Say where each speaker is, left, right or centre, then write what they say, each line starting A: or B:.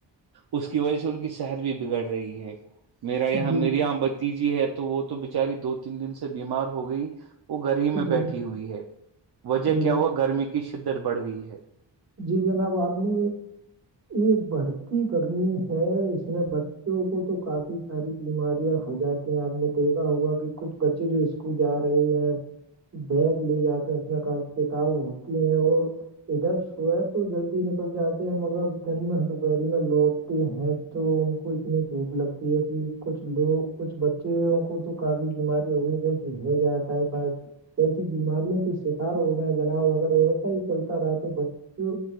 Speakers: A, on the right (about 55°); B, on the right (about 35°).
A: اس کی وجہ سے ان کی صحت بھی بگڑ رہی ہے میرا یہاں
B: جی
A: میری
B: جناب
A: یہاں بتیجی ہے تو وہ تو بچاری دو تین دن سے بیمار ہو گئی وہ گر ہی میں
B: جی
A: بیٹھی
B: جی
A: ہوئی ہے وجہ
B: جی
A: کیا
B: جناب
A: ہوا گرمی کی شدت بڑھ گئی ہے
B: جی جناب آپ نے یہ بڑھتی گرمی ہے اس میں بچوں کو تو کافی ساری بیماریاں ہو جاتی ہیں آپ نے دیکھا ہوا کہ کچھ بچے جو اسکول جا رہے ہیں بیگ لے جاتے ہیں اس میں کافی کتاب ہوتی ہیں اور ادھر سو تو جلدی نکل جاتے ہیں مگر دن میں دوپہری میں لوٹتے ہیں تو ان کو اتنی دھوپ لگتی ہے کہ کچھ لوگ کچھ بچے کو تو کا بھی بیماری ہوگی جی ہو جائے ٹائفائڈ ایسی بیماریوں کے شکار ہو گئے ہیں جناؤ وغیرہ ایسا ہی چلتا رہا تو بچوں